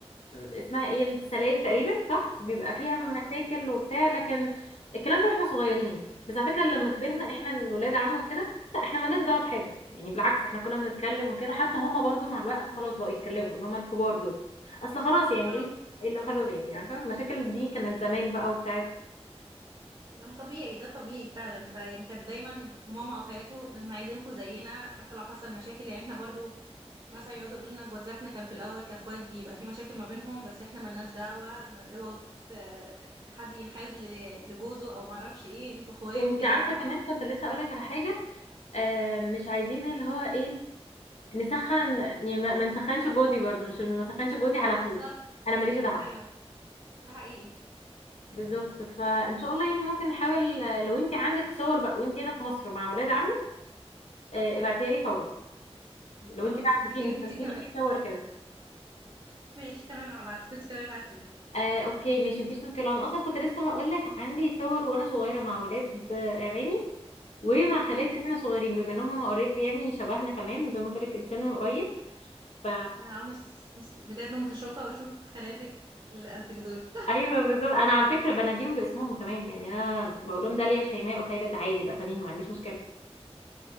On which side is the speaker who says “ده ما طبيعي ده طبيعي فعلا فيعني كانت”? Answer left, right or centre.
Right